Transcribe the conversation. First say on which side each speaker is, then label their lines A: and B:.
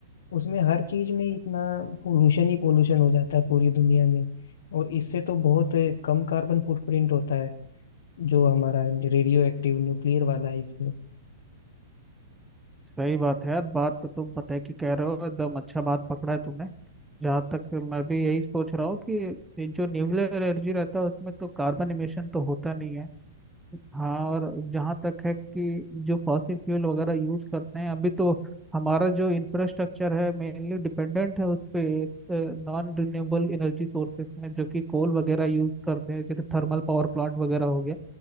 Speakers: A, on the left; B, in the centre.
A: उसमें हर चीज में इतना पोल्यूशन ही पोल्यूशन हो जाता है पूरी दुनिया में और इससे तो बहुत कम कार्बन फुटप्रिंट होता है जो हमारा रेडियो एक्टिव न्यूक्लियर वाला है इससे
B: सही बात है यार बात तो तुम पता है कि कह रहे हो एकदम अच्छा बात पकड़ा है तुमने जहाँ तक मैं भी यही सोच रहा हूँ कि ये जो न्यूक्लियर एनर्जी रहता है उसमें तो कार्बन एमिशन तो होता नहीं है हाँ और जहाँ तक है कि जो फॉसिल फ्यूल वगैरह यूज करते हैं अभी तो हमारा जो इंफ्रास्ट्रक्चर है मेनली डिपेंडेंट है उस पे नॉन रिन्यूएबल एनर्जी सोर्सेज में जो कि कोल वगैरह यूज करते हैं जैसे थर्मल पावर प्लांट वगैरह हो गया